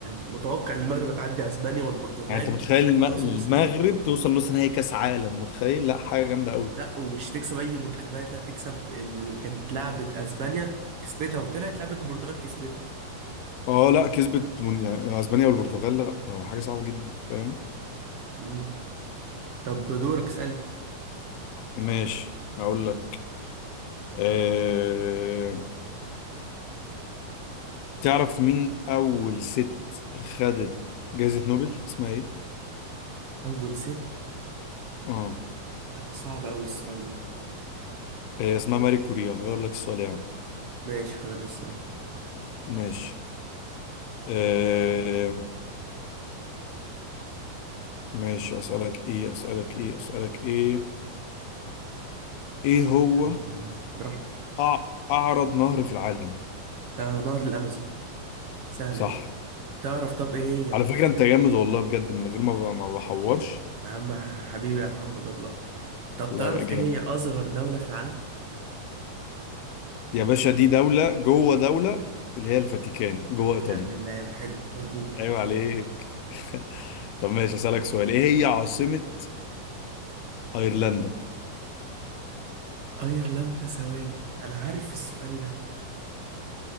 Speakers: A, on the right (about 60°); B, on the left (about 85°).
A: متوقع ان المغرب هتعدي اسبانيا والبرتغال
B: يعني انت متخيل الم- المغرب
A: توصل نص النهائي
B: توصل نص نهائي كاس عالم متخيل لا حاجه جامده قوي
A: لا ومش تكسب اي منتخبات لا تكسب ال... كانت لعبت اسبانيا كسبتها وطلعت لعبت البرتغال كسبتها
B: اه لا كسبت من- يعني اسبانيا والبرتغال لا ده حاجه صعبه جدا فاهم
A: امم طب دورك اسالني
B: ماشي هقول لك أه... تعرف مين اول ست خدت جائزه نوبل اسمها ايه
A: اول ست
B: اه
A: لا صعب أوي السؤال ده
B: آه، اسمها ماري كوريا غير لك السؤال يا عم
A: ماشي هقول السؤال
B: ماشي أه... ماشي اسالك ايه اسالك ايه اسالك ايه ايه هو
A: أم- براحتك
B: أع... اعرض نهر في العالم
A: ده نهر الأمازون سهلة
B: صح
A: دي تعرف طب إيه هي
B: على فكره انت جامد والله بجد من غير ما ب... ما بحورش
A: يا عم حبيبي يا محمد والله طب
B: لا
A: تعرف
B: لا جامد
A: إيه هي أصغر دولة في العالم؟
B: يا باشا دي دولة جوه دولة اللي هي الفاتيكان جوه إيطاليا
A: يا ابن اللعيبة حلو مظبوط
B: عيب
A: صح
B: عليك <laughs> طب ماشي أسألك سؤال إيه هي عاصمة أيرلندا
A: أيرلندا ثواني أنا عارف السؤال ده